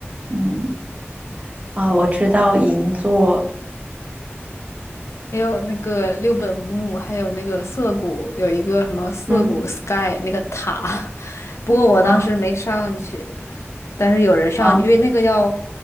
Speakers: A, on the right; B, on the left.
A: 嗯，啊，我知道银座，
B: 还有那个六本木，还有那个涩谷，有一个什么涩谷
A: 嗯
B: Sky 那个塔，<laughs> 不过我当时没上去，
A: 啊
B: 但是有人上去，
A: 啊
B: 因为那个要